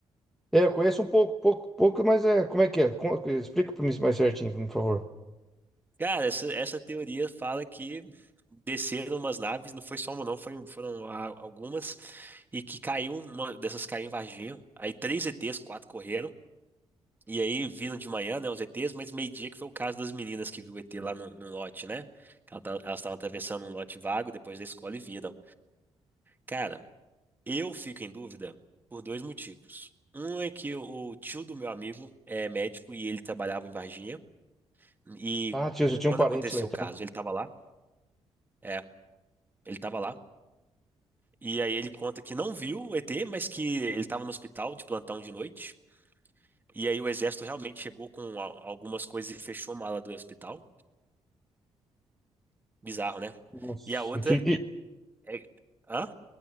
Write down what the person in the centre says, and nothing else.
É, eu conheço um pouco, pouco, pouco, mas é, como é que é? Con- Explica para mim mais certinho, por favor.
Ah, tio, eu tinha
um parente
lá, então.
Nossa,
eu tinha- e-